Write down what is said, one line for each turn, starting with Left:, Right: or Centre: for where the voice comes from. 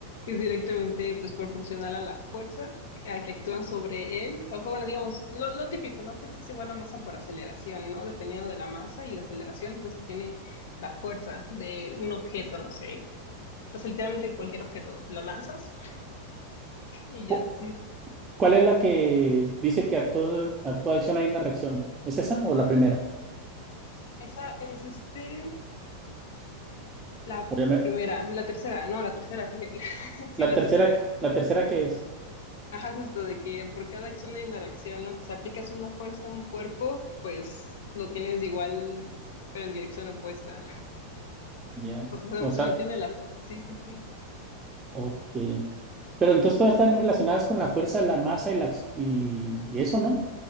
Left: Es directamente pues proporcional a la fuerza que, a que actúan sobre él. Ojo, bueno, digamos, lo, lo típico, ¿no? Fuerza es igual a masa por aceleración, ¿no? Dependiendo de la masa y la aceleración, pues se tiene la fuerza de un objeto, no sé. Entonces, literalmente cualquier objeto lo lanzas y ya.
Right: Cu-
Left: sí.
Right: ¿Cuál es la que dice que a todo, a toda acción hay una reacción? ¿Es esa o la primera?
Left: Esa es este, la
Right: Obviamente.
Left: primera, la tercera, no, la tercera, fíjate. <laughs> Sí,
Right: La
Left: la
Right: tercera,
Left: tercera.
Right: la tercera ¿qué es.
Left: Ajá, justo de que por cada acción hay una reacción, ¿no? Que si aplicas una fuerza a un cuerpo, pues lo tienes igual, pero en dirección opuesta.
Right: Ya.
Left: O sea,
Right: O
Left: se
Right: sea,
Left: se mantiene la fuerza, sí, sí, sí.
Right: ok. Pero entonces todas están relacionadas con la fuerza, la masa y la ac- y eso, ¿no?